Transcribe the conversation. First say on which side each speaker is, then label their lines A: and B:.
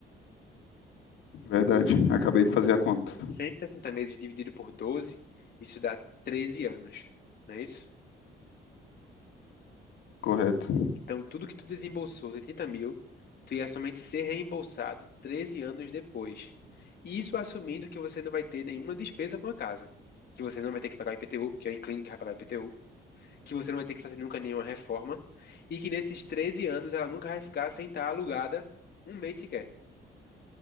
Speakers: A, on the left (about 80°); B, on the left (about 55°).
A: verdade. Acabei de fazer a conta.
B: cento e sessenta meses dividido por 12 isso dá 13 anos, não é isso?
A: Correto.
B: Então, tudo que tu desembolsou, 80 mil, tu ia somente ser reembolsado 13 anos depois. E isso assumindo que você não vai ter nenhuma despesa com a casa. Que você não vai ter que pagar IPTU, que é o inquilino que vai pagar IPTU. que você não vai ter que fazer nunca nenhuma reforma, e que nesses 13 anos ela nunca vai ficar sem estar alugada um mês sequer.